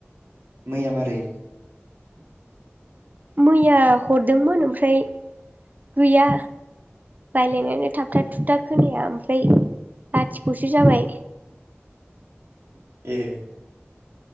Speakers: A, on the right; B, on the right.
A: मैया मारै
B: मैया हरदोंमोन ओमफ्राय गैया रायलायनायानो थाबथाब थुबथा खोनाया ओमफ्राय लाथिखसो जाबाय
A: ए